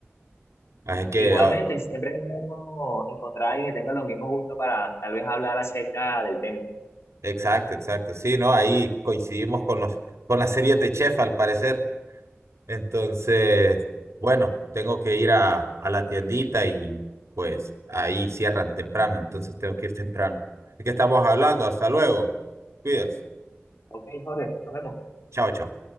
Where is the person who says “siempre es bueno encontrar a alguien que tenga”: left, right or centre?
Left